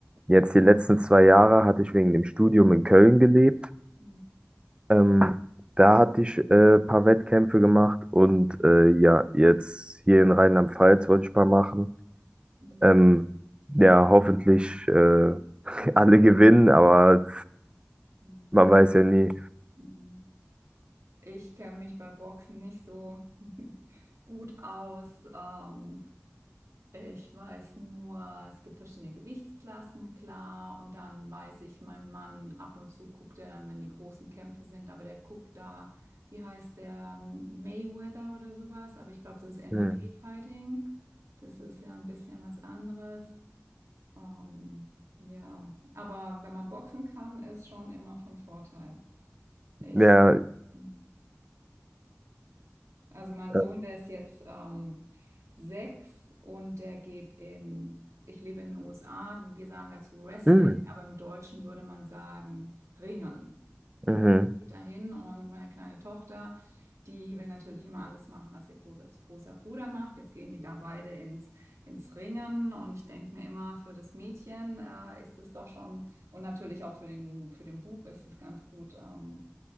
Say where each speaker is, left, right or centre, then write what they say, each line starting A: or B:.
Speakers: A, on the right; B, on the right.
A: jetzt die letzten zwei Jahre hatte ich wegen dem Studium in Köln gelebt.
B: Mhm.
A: Ähm, da hatte ich äh, ein paar Wettkämpfe gemacht und äh, ja, jetzt hier in Rheinland-Pfalz wollte ich ein paar machen.
B: Mhm.
A: Ähm, ja, hoffentlich äh, <laughs> alle gewinnen, aber
B: Mhm.
A: man weiß ja nie.
B: Mhm. Ich kenne mich bei Boxen nicht so <laughs> gut aus. Ähm, Ich weiß nur, es gibt verschiedene Gewichtsklassen, klar. Und dann weiß ich, mein Mann, ab und zu guckt er dann, wenn die großen Kämpfe sind, aber der guckt da, wie heißt der, Mayweather oder sowas. Aber ich glaube, das ist MMA-Fighting.
A: Hm.
B: Das ist ja ein bisschen was anderes. Ähm, ja, aber wenn man boxen kann, ist schon immer von Vorteil. Ich.
A: Ja,
B: hm. Also mein
A: äh,
B: Sohn, der ist jetzt ähm, sechs und der geht in, ich lebe in den USA, wir sagen dazu Wrestling,
A: hm,
B: aber im Deutschen würde man sagen Ringen.
A: mhm,
B: Geht dahin und meine kleine Tochter, die will natürlich immer alles machen, was ihr großer, großer Bruder macht. Jetzt gehen die da beide ins, ins Ringen und ich denke mir immer, für das Mädchen äh, ist es doch schon, und natürlich auch für den, für den Bub ist es ganz gut. Ähm,